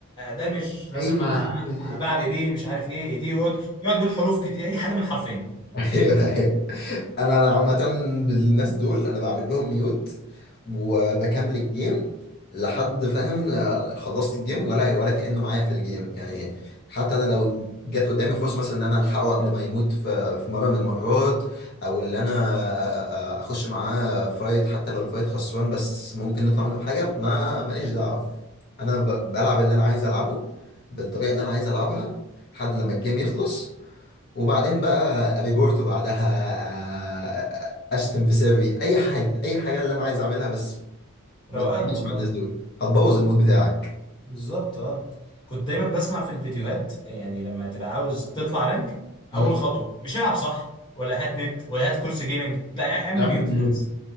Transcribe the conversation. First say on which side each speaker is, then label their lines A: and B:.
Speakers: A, on the left; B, on the left.
A: دامج لازم
B: ايوه
A: أ-
B: ايوه
A: أ-
B: ايوه
A: بلعب ايه بيه مش عارف ايه ايه دي يقعد يقعد يقول حروف كتير اي حاجه من حرفين
B: <laughs> ايوه ايوه انا انا عامه بالناس دول انا بعمل لهم ميوت وبكمل الجيم لحد فاهم لا- خلصت الجيم ولا ولا كانه معايا في الجيم يعني حتى انا لو جت قدامي فرصه مثلا ان انا الحقه قبل ما يموت في في مره من المرات او ان انا أ- أ- أ- اخش معاه فايت حتى لو الفايت خسران بس ممكن نطلع منه بحاجه ما ماليش دعوه انا ب- بلعب اللي انا عايز العبه بالطريقه اللي انا عايز العبها لحد لما الجيم يخلص وبعدين بقى ريبورت وبعدها آه، اشتم في سري اي حاجه اي حاجه اللي انا عايز اعملها بس ما
A: روقان
B: تعملش
A: والله
B: مع الناس دول هتبوظ المود بتاعك
A: بالظبط اه كنت دايما بسمع في الفيديوهات يعني لما تبقى عاوز تطلع رانك
B: مم؟
A: اول خطوه مش العب صح ولا هات نت ولا هات كرسي جيمنج لا اعمل
B: اعمل
A: ميوت
B: ميوت
A: للناس